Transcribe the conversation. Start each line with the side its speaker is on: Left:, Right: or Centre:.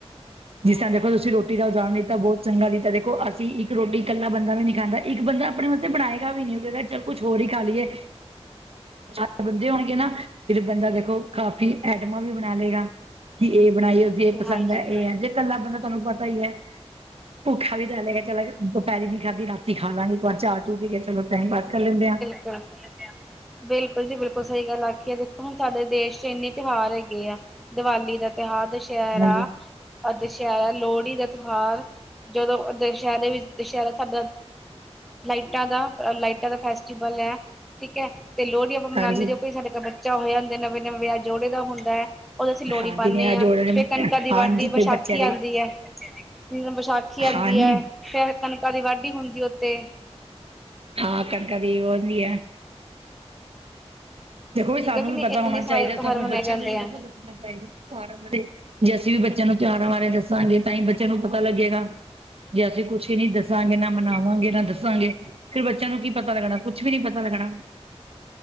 Right: ਜਿਸ ਤਰ੍ਹਾਂ ਦੇਖੋ ਤੁਸੀਂ ਰੋਟੀ ਦਾ ਉਦਾਹਰਣ ਦਿੱਤਾ ਬਹੁਤ ਚੰਗਾ ਦਿੱਤਾ, ਦੇਖੋ ਅਸੀਂ ਇੱਕ ਰੋਟੀ ਇਕੱਲਾ ਬੰਦਾ ਵੀ ਨਹੀਂ ਖਾਂਦਾ। ਇੱਕ ਬੰਦਾ ਆਪਣੇ ਵਾਸਤੇ ਬਣਾਏਗਾ ਵੀ ਨਹੀਂ, ਔ ਕਹਿੰਦਾ ਚੱਲ ਕੁਛ ਹੋਰ ਹੀ ਖਾ ਲਈਏ ਚਾਰ ਬੰਦੇ ਹੋਣਗੇ ਨਾ ਫਿਰ ਬੰਦਾ ਦੇਖੋ ਕਾਫ਼ੀ ਆਈਟਮਾਂ ਵੀ ਬਣਾ ਲਏਗਾ, ਕਿ ਇਹ ਬਣਾਈਏਦੀ ਇਹ ਪਸੰਦ
Centre: ਹਾਂਜੀ
Right: ਹੈ ਇਹ ਹੈ, ਜੇ ਇਕੱਲਾ ਬੰਦਾ ਤੁਹਾਨੂੰ ਪਤਾ ਹੀ ਹੈ ਭੁੱਖਾ ਵੀ ਰਹਿ ਲੇਗਾ ਚਲਾ ਪੈਰੀ ਨੀ ਖਾਧੀ, ਰਾਤੀ ਖਾ ਲਾਂਗੇ ਇੱਕ ਵਾਰ ਚਾਹ ਚੂ ਪੀ ਕੇ ਚਲੋ ਟਾਈਮ ਪਾਸ ਕਰ ਲੈਂਦੇ ਆ
Centre: ਹੱ <inaudible> ਬਿਲਕੁਲ ਜੀ ਬਿਲਕੁਲ ਸਹੀ ਗੱਲ ਆਖੀ ਏ ਦੇਖੋ ਸਾਡੇ ਦੇਸ਼ ਚ ਇੰਨੇ ਤਿਉਹਾਰ ਹੈਗੇ ਆ ਦੀਵਾਲੀ ਦਾ ਤਿਉਹਾਰ ਦੁਸਹਿਰਾ
Right: ਹਾਂਜੀ
Centre: ਦੁਸਹਿਰਾ ਲੋਹੜੀ ਦਾ ਤਿਉਹਾਰ ਜਦੋਂ ਦੁਸਹਿਰੇ ਵਿੱਚ ਦੁਸਹਿਰਾ ਸਾਡਾ ਲਾਈਟਾਂ ਦਾ ਲਾਈਟਾਂ ਦਾ ਫੈਸਟੀਵਲ ਹੈ ਠੀਕ ਹੈ ਤੇ ਲੋਹੜੀ ਮਨਾਉਂਦੇ
Right: ਹਾਂਜੀ
Centre: ਜੋ ਕੋਈ ਸਾਡੇ ਕੋਲ ਬੱਚਾ ਹੋਇ, ਜਾ ਨਵੇਂ ਨਵੇਂ ਵਿਆਹੇ ਜੋੜੇ ਦਾ ਹੁੰਦਾ ਹ। ਉਹਦੋਂ ਅਸੀਂ ਲੋਹੜੀ
Right: ਹਾਂਜੀ
Centre: ਪਾਉਂਦੇ
Right: ਨੇ ਆ
Centre: ਆਂ,
Right: ਜੋੜੇ
Centre: ਫਿਰ ਕਣਕਾਂ ਦੀ
Right: ਹਾਂਜੀ
Centre: ਵਾਢੀ
Right: ਕੋਈ
Centre: ਵਿਸਾਖੀ
Right: ਬੱਚਿਆਂ ਦੇ
Centre: ਆਉਂਦੀ ਹੈ ਵਿਸਾਖੀ ਆਉਂਦੀ
Right: ਹਾਂਜੀ
Centre: ਹੈ ਫਿਰ ਕਣਕਾਂ ਦੀ ਵਾਢੀ ਹੁੰਦੀ ਉੱਥੇ
Right: ਹਾਂ ਕਣਕਾਂ ਦੀ ਉਹਦੀ ਹੈ ਦੇਖੋ ਵੀ
Centre: ਠੀਕ
Right: ਸਾਨੂੰ
Centre: ਹੈ ਕਿ ਨਹੀਂ
Right: ਵੀ ਪਤਾ
Centre: ਇੰਨੇ
Right: ਹੋਣਾ
Centre: ਸਾਰੇ
Right: ਚਾਹੀਦਾ
Centre: ਤਿਉਹਾਰ
Right: ਸਾਨੂੰ
Centre: ਮਨਾਏ
Right: ਬੱਚਿਆਂ
Centre: ਜਾਂਦੇ
Right: ਨੂੰ ਵੀ ਦੇਖੋ
Centre: ਆ
Right: ਦੱਸਣਾ ਚਾਹੀਦਾ ਤਿਓਹਾਰਾਂ ਬਾਰੇ ਜੇ ਅਸੀਂ ਵੀ ਬੱਚਿਆਂ ਨੂੰ ਤਿਉਹਾਰਾਂ ਬਾਰੇ ਦੱਸਾਂਗੇ ਤਾਂ ਹੀ ਬੱਚਿਆਂ ਨੂੰ ਪਤਾ ਲੱਗੇਗਾ, ਜੇ ਅਸੀਂ ਕੁਛ ਹੀ ਨੀ ਦੱਸ ਦੱਸਾਂਗੇ ਨਾ ਮਨਾਵਾਂਗੇ ਨਾ ਦੱਸਾਂਗੇ ਫਿਰ ਬੱਚਿਆਂ ਨੂੰ ਕੀ ਪਤਾ ਲੱਗਣਾ ਕੁਛ ਵੀ ਨੀ ਪਤਾ ਲੱਗਣਾ।